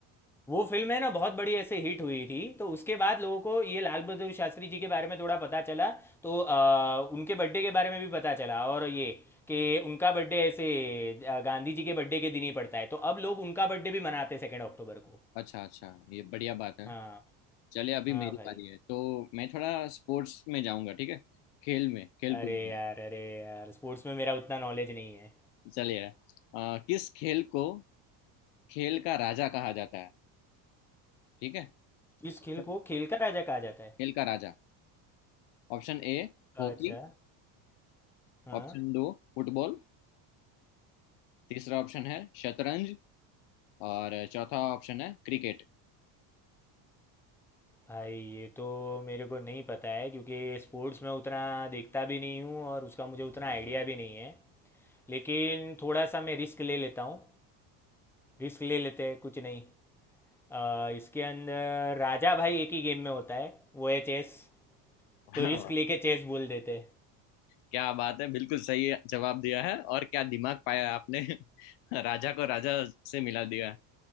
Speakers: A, in the centre; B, on the left.
A: वो फिल्म है ना बहुत बड़ी ऐसे हिट हुई थी तो उसके बाद लोगों को ये लाल बहादुर शास्त्री जी के बारे में थोड़ा पता चला तो अ, उनके बर्थडे के बारे में भी पता चला और ये कि उनका बर्थडे ऐसे अ, गांधी जी के बर्थडे के दिन ही पड़ता है तो अब लोग उनका बर्थडे भी मनाते हैं सेकेंड अक्टूबर को
B: अच्छा अच्छा ये बढ़िया बात है
A: हाँ
B: चलिए अभी
A: हाँ
B: मेरी
A: भाई
B: बारी है तो मैं थोड़ा स्पोर्ट्स में जाऊंगा ठीक है खेल में खेल
A: अरे
B: कूद में
A: यार अरे यार स्पोर्ट्स में मेरा उतना नॉलेज नहीं है
B: चलिए अ, किस खेल को खेल का राजा कहा जाता है ठीक है
A: इस
B: ऑप्शन
A: खेल को खेल का राजा कहा जाता है
B: खेल का राजा Option A हॉकी
A: अच्छा हाँ
B: ऑप्शन दो फुटबॉल तीसरा ऑप्शन है शतरंज और चौथा ऑप्शन है क्रिकेट
A: भाई ये तो मेरे को नहीं पता है क्योंकि स्पोर्ट्स में उतना देखता भी नहीं हूँ और उसका मुझे उतना आइडिया भी नहीं है लेकिन थोड़ा सा मैं रिस्क ले लेता हूँ रिस्क ले लेते हैं कुछ नहीं अ, इसके अंदर राजा भाई एक ही गेम में होता है वो है चेस
B: वाह
A: तो रिस्क
B: वाह
A: लेके चेस बोल देते हैं
B: क्या बात है बिल्कुल सही जवाब दिया है और क्या दिमाग पाया है आपने <laughs> राजा को राजा से मिला दिया है